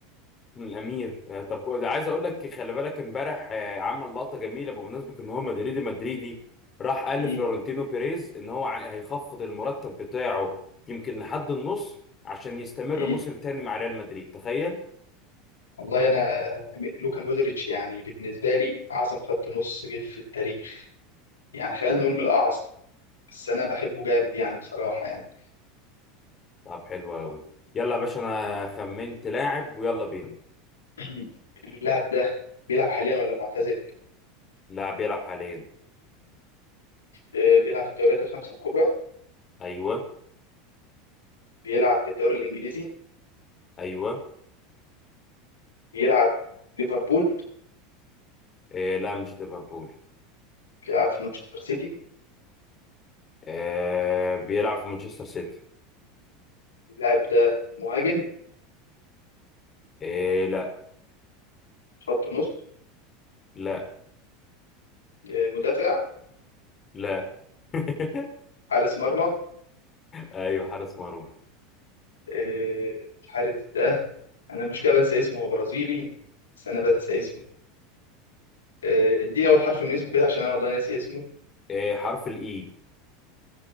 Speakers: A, on the left; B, on the left.
A: الامير آه، طب كو- ده عايز اقول لك خلي بالك امبارح آه، عمل لقطه جميله بمناسبه ان هو مدريدي مدريدي راح قال
B: مم.
A: لفلورنتينو بيريز ان هو عاي- هيخفض المرتب بتاعه يمكن لحد النص عشان يستمر
B: مم.
A: موسم تاني مع ريال مدريد تخيل
B: والله أنا لوكا مودريتش يعني بالنسبة لي أعظم خط نص جه في التاريخ يعني خلينا نقول من الأعظم بس أنا بحبه جامد يعني بصراحة يعني
A: طب حلو قوي يلا يا باشا انا خمنت لاعب ويلا بينا
B: <clears throat> اللاعب ده بيلعب حاليا ولا معتزل
A: لاعب بيلعب حاليا
B: آه، بيلعب في الدوريات الخمسة الكبرى
A: ايوه
B: بيلعب في الدوري الإنجليزي
A: ايوه
B: بيلعب ليفربول
A: إيه لا مش ليفربول
B: بيلعب في مانشستر سيتي
A: إيه بيلعب في مانشستر سيتي
B: اللاعب ده مهاجم
A: إيه لا
B: خط نص
A: لا
B: آه، مدافع
A: لا <laughs>
B: حارس مرمى
A: ايوه حارس مرمى
B: آه، الحارس ده انا المشكله بنسى اسمه هو برازيلي بس انا بنسى اسمه آه، اديني اول حرف من اسمه كده عشان انا والله ناسي اسمه
A: إيه حرف الاي